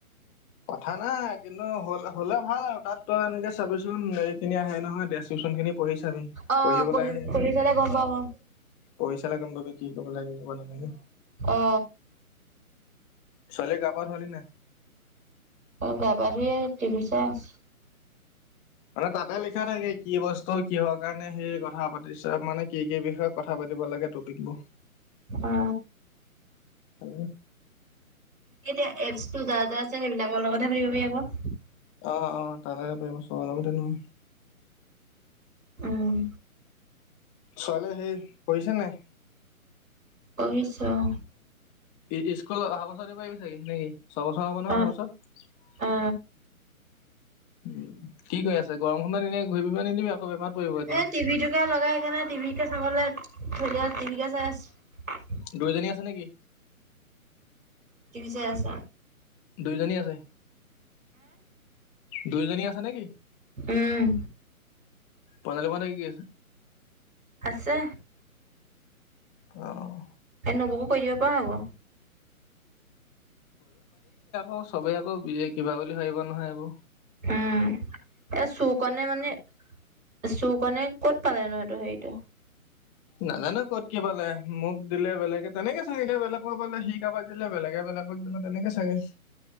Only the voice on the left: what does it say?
কথা নাই কিন্তু হল হলে ভাল আৰু তাত তই এনেকে চাবিচোন হেৰি খিনি আহে নহয় দে খিনি পঢ়িছাবি
পঢ়িপেলাই
পঢ়িছালে গম পাবি কি কব লাগে।
ছোৱালীয়ে গা পা ধুলি নাই?
মানে তাতে লিখা থাকে কি বস্তু কিহৰ কাৰণে সেই কথা পাতিছ মানে কি কি বিষয়ে কথা পাতিব লাগে টপিকবোৰ
উ
অ অ তাৰলগতে পাৰি চবৰ লগতে নোৱাৰি।
ছোৱালী সেই পঢ়িছে নাই?
ই স্কুল অহা বছৰিব পাৰিবি চাগে নেকি ছবছৰ হব নহয়
অহা বছত
উ কি ক আছে গৰম খনত এনে ঘূৰি ফুৰিব নিদিবি আকৌ বেমাৰত পৰিব এতিয়া
দুয়জনী আছে নেকি?
দুইজনী আছে দুইজনী আছে নেকি?
বনাল ম নে কি কৰি আছে
অ
অ চবেই আকৌ বি কিবা বুলি ভাবিব নহয় এইবৌ
নাজানো কত কি পালে মোক দিলে বেলেগে তেনেকে চাগে বেলেগক পালে সি কাবাক দিলে বেলেগে বেলেগ এফালে আকৌ দিলে তেনেকেই চাগে